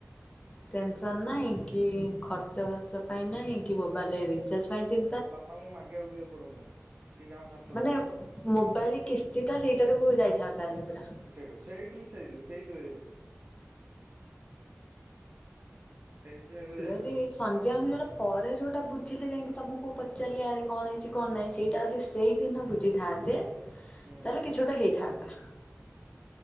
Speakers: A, on the left; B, on the right.
A: ଟେନସନ ନାହିଁ କି ଖର୍ଚ୍ଚ ଫାର୍ଚ୍ଚ ପାଇଁ ନାହିଁ କି ମୋବାଇଲ ରିଚାର୍ଜ ପାଇଁ ଚି
B: ବାପାଙ୍କୁ ମାଗିବାକୁବି ଆଉ ପଡନ୍ତାନି। କି କାହାକୁ ହାତ
A: ମାନେ
B: ପକେଇବାକୁ ପଡନ୍ତାନି
A: ମୋବାଇଲ କିସ୍ତିଟା ସେଇଟାରୁ ଉ ଯାଇଥାନ୍ତା ହାରି ପୁରା।
B: ସେଇଟିରୁ ସେଇତିରୁ ସେଇତିରୁ ସେଇତୁ ସେଇଥିରୁ ସେଇଥିରୁ
A: ସିଏ
B: ଯାଇଥାନ୍ତି
A: ଯଦି ସଞ୍ଯୟ ମୁଁ ଯେଉଁଟା ପରେ ଯେଉଁଟା ବୁଝିଲେ ଯାଇକି ତମକୁ ପଚାରିଲେ ଆରେ କଣ ହେଇଚି କଣ ନାହିଁ, ସେଇଟା ଯଦି ସେଇଦିନ ବୁଝିଥାନ୍ତେ ତାହେଲେ
B: ହୁଁ।
A: କିଛି ଗୋଟେ ହେଇଥାନ୍ତା।